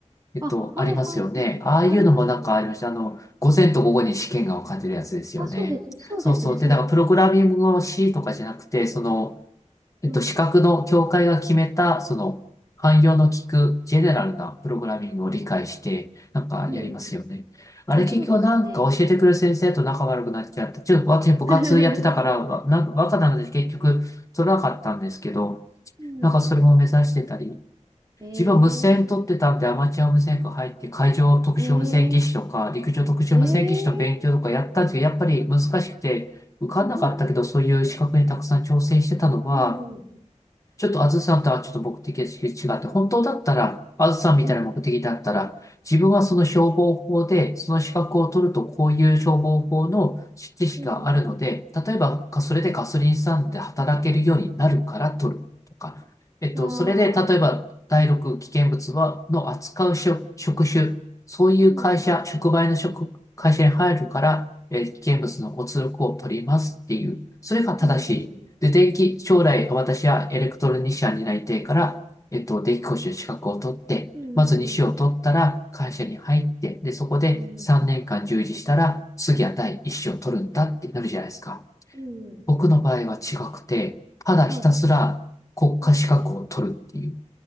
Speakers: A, on the left; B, on the right.
A: えっと、
B: あ、はいはいはい。
A: ありますよね。ああいうのもなんかありました。
B: ありますね。
A: あの、午前と午後に試験が分かれてるやつですよね。
B: あ、そうです。そうですね。
A: そうそう。
B: そうですね。
A: で、なんかプログラミングの C とかじゃなくて、その、えっと、
B: うん。
A: 資格の協会が決めた、その、汎用の効くジェネラルなプログラミングを理解して、
B: うん。
A: なんかやりますよね。
B: うん。
A: あれ結局なんか教えてくる先生と仲悪くなっちゃって、
B: あ、そうですね。
A: ちょっと私部活やってたから、
B: <laughs>
A: わなんか若なので結局取らなかったんですけど、
B: うん。
A: なんかそれも目指してたり、
B: <laughs> えー、
A: 自分無線取ってたんで、アマチュア無線科入って、海上特殊無線技師とか、
B: え
A: 陸上特殊無線技師の勉強とかやったんですけど、
B: ー、えー、
A: やっぱり難しくて、受かんなかったけど、
B: すごい。
A: そういう資格にたくさん挑戦してたのは、
B: うん、
A: ちょっとあずさんとはちょっと目的が違って、本当だったら、あずさんみたいな目的だったら、
B: うん、
A: 自分はその消防法で、その資格を取るとこういう消防法の知識があるので、
B: うん。うん
A: 例えばかそれでガソリンスタンドで働けるようになるから取るとか、えっと、
B: あ
A: それで例えば第6危険物は、
B: あ、
A: の扱うしょ職種、そういう会社、
B: うん、
A: 触媒の職、会社に入るから、えー危険物のお通告を取りますっていう、それが正しいで、
B: うん、うん、
A: 電気、将来私はエレクトロニシャンになりたいから、えっと、電気講習資格を取って、
B: うん、
A: まず2種を取ったら会社に入って、
B: うん、
A: で、そこで3年間従事したら、
B: うん、
A: 次は第1種を取るんだってなるじゃないですか。
B: うん、
A: 僕の場合は違くて、ただひたすら国家資格を取るっていう。
B: はい、は